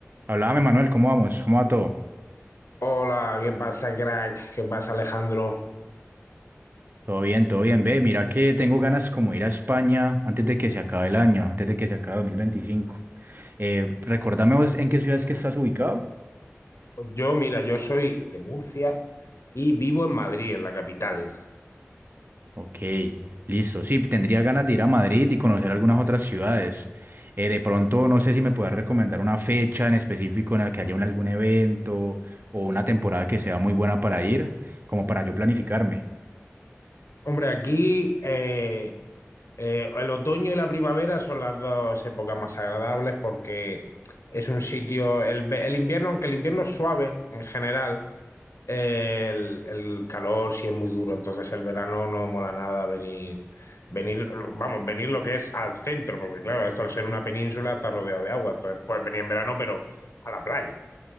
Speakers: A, on the right; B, on the left.
A: Háblame, Manuel, ¿cómo vamos? ¿Cómo va todo?
B: Hola, ¿qué pasa, crack? ¿Qué pasa, Alejandro?
A: Todo bien, todo bien. Ve, mira que tengo ganas como de ir a España antes de que se acabe el año, antes de que se acabe 2025. Eh, recordame vos en qué ciudad es que estás ubicado.
B: Pues Yo, mira, yo soy de Murcia y vivo en Madrid, en la capital.
A: Ok, listo. Sí, tendría ganas de ir a Madrid y conocer algunas otras ciudades. Eh, de pronto, no sé si me puedas recomendar una fecha en específico en la que haya un- algún evento o una temporada que sea muy buena para ir, como para yo planificarme.
B: Hombre, aquí eh, eh, el otoño y la primavera son las dos épocas más agradables porque es un sitio, el, ve- el invierno, aunque el invierno es suave en general, eh, el, el calor sí es muy duro, entonces el verano no mola nada venir, venir, vamos, venir lo que es al centro, porque claro, esto al ser una península está rodeado de agua, entonces puedes venir en verano, pero a la playa.